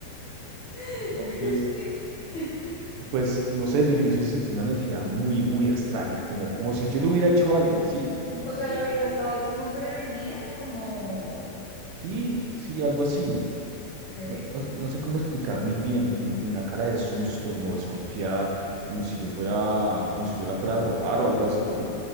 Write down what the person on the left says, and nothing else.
<laughs>
sí. <laughs>
O sea,
la
vieja
estaba como prevenida, como,
ok,